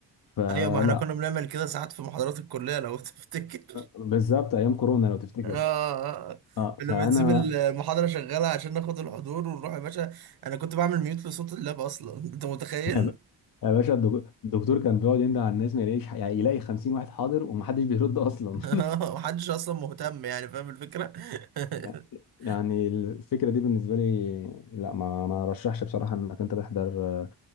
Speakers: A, on the left; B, on the right.
A: فلا
B: ايوه ما احنا كنا بنعمل كده ساعات في محاضرات الكليه لو تفتكر
A: بالظبط ايام كورونا لو تفتكر
B: <laughs> اه آه.
A: اه
B: كنا
A: فانا
B: بنسيب المحاضره شغاله عشان ناخد الحضور ونروح يا باشا انا كنت بعمل ميوت لصوت اللاب اصلا انت متخيل
A: <laughs> يا باشا الدك- الدكتور كان بيقعد يندى على الناس ما يلاقيش ح- يعني يلاقي 50 واحد حاضر ومحدش بيرد اصلا
B: <laughs> محدش اصلا مهتم يعني فاهم الفكره <laughs>
A: <laughs> يعني الفكره دي بالنسبه لي لا ما ما رشحش بصراحه انك انت تحضر آه،